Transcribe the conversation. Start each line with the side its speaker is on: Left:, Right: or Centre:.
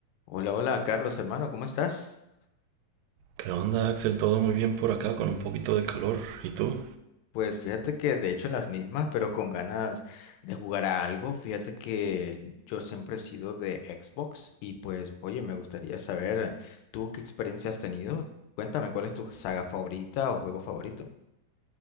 Left: Hola, hola, Carlos, hermano, ¿cómo estás?
Right: ¿Qué onda, Axel? Todo muy bien por acá, con un poquito de calor. ¿Y tú?
Left: Pues fíjate que de hecho en las mismas, pero con ganas de jugar a algo. Fíjate que yo siempre he sido de Xbox y pues, oye, me gustaría saber tú qué experiencia has tenido. Cuéntame, ¿cuál es tu saga favorita o juego favorito?